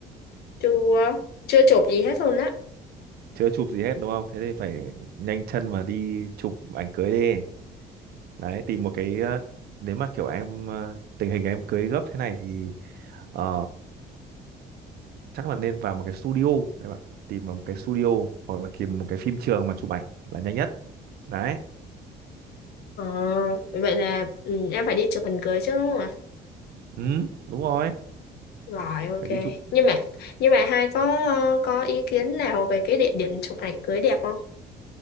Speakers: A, on the left (about 70°); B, on the right (about 70°).
A: chưa chưa chụp gì hết luôn á
B: Chưa chụp gì hết đúng không? Thế thì phải nhanh chân mà đi chụp ảnh cưới đi. Đấy, tìm một cái, ờ, nếu mà kiểu em, ờ, tình hình em cưới gấp thế này thì ờ, chắc là nên vào một cái studio, các bạn. Tìm vào một cái studio hoặc là tìm một cái phim trường mà chụp ảnh là nhanh nhất. Đấy,
A: Ờ, vậy là ừ, em phải đi chụp hình cưới chứ đúng không
B: ừ, đúng rồi.
A: Rồi ok.
B: Phải đi chụp
A: Nhưng mà nhưng mà hai có ờ, có ý kiến nào về cái địa điểm chụp ảnh cưới đẹp không?